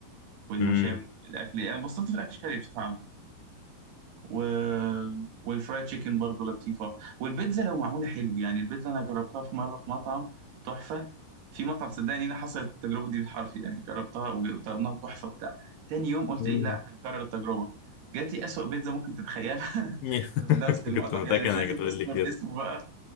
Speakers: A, on the right; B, on the left.
A: والمشاوي
B: مم.
A: الأكل يعني بصلت في الأكل الشرقي بصفة عامة و... والفرايد تشيكن برضو لطيفة والبيتزا لو معمولة حلو يعني البيتزا أنا جربتها في مرة في مطعم تحفة في مطعم صدقني أنا حصلت التجربة دي بالحرف يعني جربتها وطلبناها بتحفة وبتاع تاني يوم قلت
B: مم.
A: إيه لا هنكرر التجربة جات لي أسوأ بيتزا ممكن تتخيلها
B: <laughs>
A: <laughs> من نفس المطعم
B: كنت متأكد
A: يعني مش
B: انك
A: لازم
B: هتقول
A: نذكر
B: لي كده
A: اسمه بقى